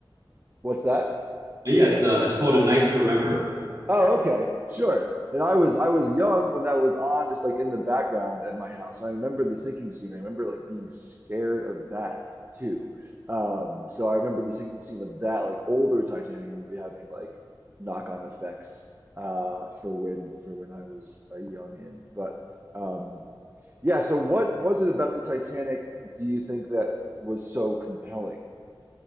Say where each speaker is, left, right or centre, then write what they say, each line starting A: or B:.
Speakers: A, on the right; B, on the right.
A: What's that?
B: yeah, it's uh, it's called A Night to Remember.
A: Oh, okay, sure. And I was I was young when that was on, just like in the background at my house. And I remember the sinking scene. I remember like being scared of that too. Um, so I remember the sinking scene of that like older Titanic movie having like knock-on effects uh for when for when I was a young in. But um yeah, so what was it about the Titanic do you think that was so compelling?